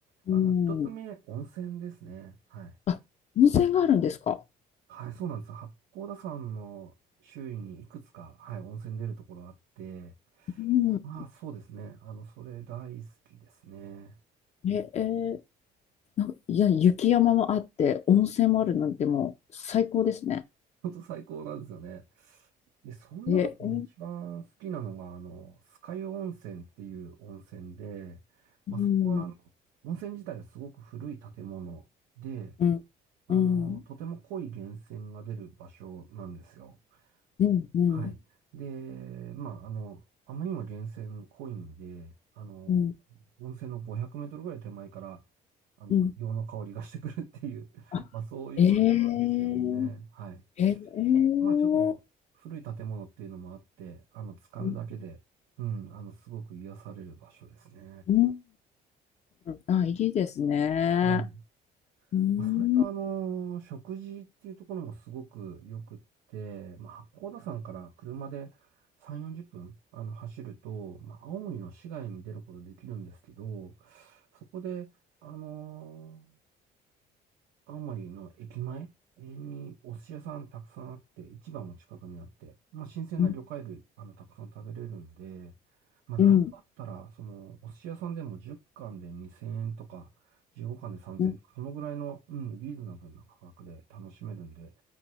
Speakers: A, on the left; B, on the right.
A: うん。
B: あの、一つ目、温泉ですね。はい。
A: あ、温泉があるんですか。
B: はい、そうなんですよ。八甲田山の周囲にいくつか、はい、温泉出るところあって、
A: うん。
B: まあ、そうですね。あの、それ大好きですね。
A: ええいや、雪山もあって、温泉もあるなんてもう最高ですね。
B: 本当最高なんですよね。で、その中でも一番好きなのが、
A: え、えー
B: あの、酸ヶ湯温泉っていう温泉で、
A: うん、
B: まあ、そこは、あの温泉自体がすごく古い建物で、
A: うん、
B: あの、
A: うん、
B: とても濃い源泉が出る場所なんですよ。
A: うん、うん、
B: はい。で、まあ、あの、あまりにも源泉濃いんで、あの、
A: うん、
B: 温泉の500メートルぐらい手前から、あの、
A: うん。
B: 硫黄の香りがしてくるっていう、<laughs>
A: あ、
B: まあ、そういう場所なんですよね。
A: えー、
B: はい。
A: えー、えー
B: まあちょっと古い建物っていうのもあって、あの、浸かるだけで、
A: うん、
B: うん、あの、すごく癒される場所ですね。
A: うんあ、いいですね。
B: はい。
A: うん、
B: まあそれとあの、食事っていうところもすごく良くって、まあ、八甲田山から車で3、40分、あの、走ると、まあ、青森の市街に出ることできるんですけど、そこで、あの青森の駅前にお寿司屋さんたくさんあって、市場も近くにあって、まあ、新鮮な魚介類、
A: うん、
B: あの、たくさん食べれるんで、まあ、なんだったら、
A: うん、
B: その、お寿司屋さんでも10貫で2000円とか、15貫で3000円とか、
A: うん
B: そのぐらいの、うん、リーズナブルな価格で楽しめるんで、